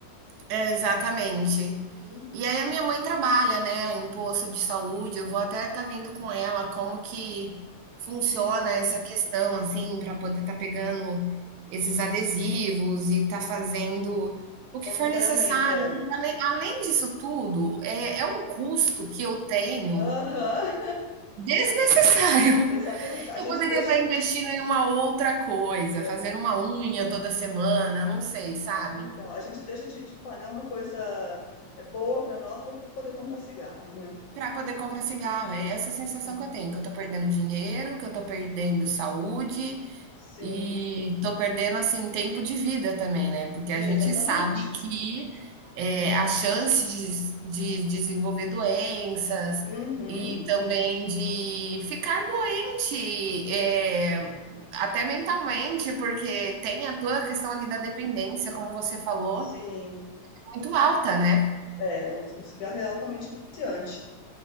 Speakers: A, on the right; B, on the left.
A: É, exatamente.
B: Uhum,
A: E aí a minha mãe trabalha, né, em posto de saúde. Eu vou até estar vendo com ela como que funciona
B: uhum.
A: essa questão, assim, para poder estar pegando esses adesivos e estar fazendo o que
B: O
A: for
B: acompanhamento,
A: necessário,
B: é.
A: porque ale- além, disso tudo, é, é um custo que eu tenho
B: Aham,
A: desnecessário.
B: <laughs> exatamente.
A: <laughs>
B: A gente
A: Eu poderia
B: deixa,
A: estar investindo em uma outra coisa,
B: é,
A: fazendo uma unha toda semana, não sei, sabe?
B: então, a gente deixa de, de pagar uma coisa é, boa para nós para poder comprar cigarro, né?
A: para poder comprar cigarro. É essa a sensação
B: Uhum.
A: que eu tenho, que eu tô perdendo dinheiro, que eu tô perdendo saúde
B: Sim,
A: e tô perdendo assim tempo de vida também, né? Porque
B: sim,
A: a gente
B: exatamente.
A: sabe que é, a chance de, de desenvolver doenças
B: Uhum.
A: e também de ficar doente, é, até mentalmente, porque tem a toda a questão ali da dependência, como você falou,
B: Sim,
A: muito alta, né?
B: é, o, o cigarro é altamente viciante.